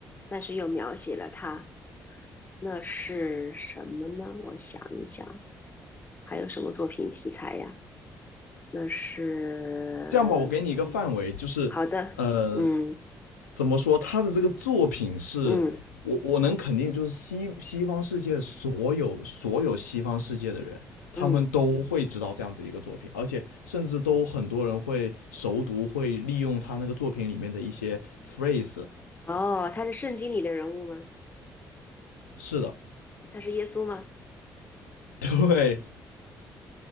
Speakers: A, on the left; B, on the left.
A: 但是又描写了他，那是什么呢？我想一想，还有什么作品题材呀？那是呃
B: 这样吧，我给你一个范围，就是呃，
A: 好的，嗯
B: 怎么说，他的这个作品是我我能肯定，
A: 嗯。
B: 就是西西方世界所有所有西方世界的人，他们都会知道这样子一个作品，
A: 嗯，
B: 而且甚至都很多人会熟读，会利用他那个作品里面的一些 phrase。
A: 哦，他是圣经里的人物吗？
B: 是的，
A: 他是耶稣吗？
B: <laughs> 对。